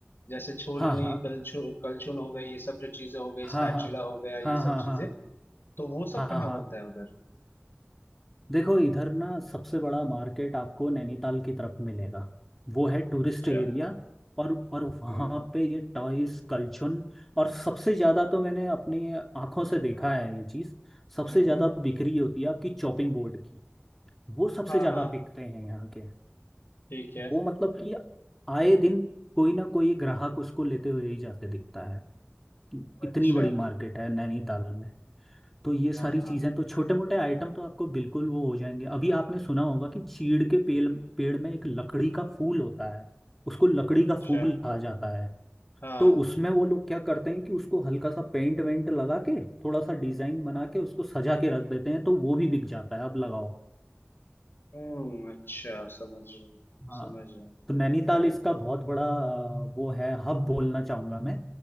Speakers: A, on the left; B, in the centre.
A: जैसे छोलनी
B: हाँ हाँ
A: कलछू कलछुल हो गई ये सब जो चीजें हो गई
B: हाँ
A: स्पैचुला
B: हाँ
A: हो गया ये सब
B: हाँ
A: चीजें
B: हाँ
A: तो वो
B: हाँ
A: सब
B: हाँ
A: कहाँ
B: हाँ
A: बनता है उधर
B: देखो इधर ना सबसे बड़ा मार्केट आपको नैनीताल की तरफ मिलेगा वो है टूरिस्ट
A: अच्छा
B: एरिया और और वहाँ
A: हम्म
B: पे ये टॉयज कलछुन और सबसे ज़्यादा तो मैंने अपनी आंखों से देखा है ये चीज़ सबसे
A: हम्म हम्म।
B: ज़्यादा बिक्री होती है आपकी चॉपिंग बोर्ड की वो सबसे
A: हाँ
B: ज़्यादा
A: हाँ
B: बिकते हैं यहाँ के
A: ठीक है
B: वो मतलब कि आए दिन कोई ना कोई ग्राहक उसको लेते हुए ही जाते दिखता है इतनी
A: अच्छा
B: बड़ी मार्केट है नैनीताल में तो ये सारी
A: हाँ हाँ
B: चीजें तो छोटे मोटे आइटम तो आपको बिल्कुल वो हो जाएंगे अभी आपने सुना होगा कि चीड़ के पेड़ पेड़ में एक लकड़ी का फूल होता है उसको लकड़ी
A: अच्छा
B: का फूल कहा जाता है
A: हाँ
B: तो उसमें वो लोग क्या करते हैं कि उसको हल्का सा पेंट वेंट लगा के थोड़ा सा डिजाइन बना
A: हाँ
B: के उसको सजा के रख देते हैं तो वो भी बिक जाता है अब लगाओ
A: हम्म अच्छा समझ रहा हूँ
B: हाँ
A: समझ रहा हूँ
B: तो नैनीताल इसका बहुत बड़ा आ, वो है हब बोलना चाहूंगा मैं